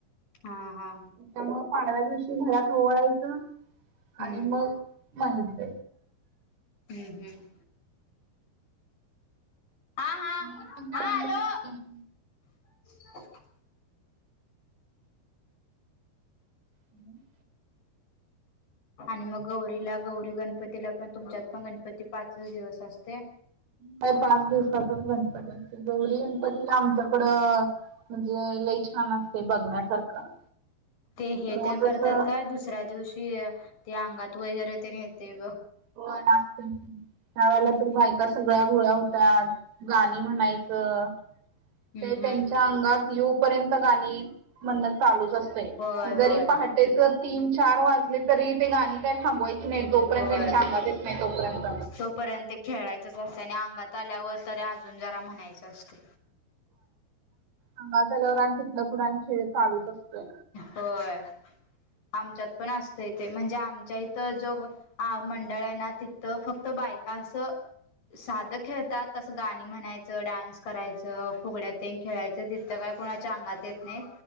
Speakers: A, on the left (about 60°); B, on the right (about 90°).
A: हा हा
B: त्यामुळ पाडव्या दिवशी घरात ओळायचं.
A: हम्म
B: आणि मग माहीत.
A: हम्म हम्म. हा हा
B: म काते.
A: हा हॅलो <unintelligible>
B: हम् <inaudible>
A: आणि मग गौरीला गौरी गणपतीला पण तुमच्यात पण गणपती पाच दिवस असते.
B: पाच दिवसाचाच गणपती असते गौरी गणपतीला आमच्याकडं म्हणजे. लई छान असते बघण्यासारखं
A: ते हे
B: रोज
A: ते करतात
B: असं
A: काय दुसऱ्या दिवशी ते अंगात वगैरे ते येते.
B: होय नागपंचमी त्या वेेळेला
A: हम्म
B: तर बायका सगळ्या गोळ्या होत त्यात गाणी म्हणायचं
A: हम्म
B: ते त्यांच्या
A: हम्म
B: अंगात येऊपर्यंत गाणी म्हणणं चालूच असते
A: होय
B: जरी
A: होय
B: पहाटेच तीन चार वाजले तरी ते गाणी काय थांबवायची नाही जोपर्यंत
A: होय
B: त्यांच्या अंगात येत नाही तोपर्यंत.
A: तोपर्यंत खेळायचच असत आणि अंगात आल्यावर तरी अजून जरा म्हणायच असते.
B: अंगात आल्यावर आणि तितलंकूण खेळ चालूच असतोय.
A: होय. आमच्यात पण असतं इथे म्हणजे आमच्या इथं जो मंडळ आहे ना तिथं फक्त बायक कासं साध खेळतात तसं गाणी म्हणायचं डान्स करायचं फुगड्यात खेळायचं तिथं कोणाच्या अंगात येत नाही.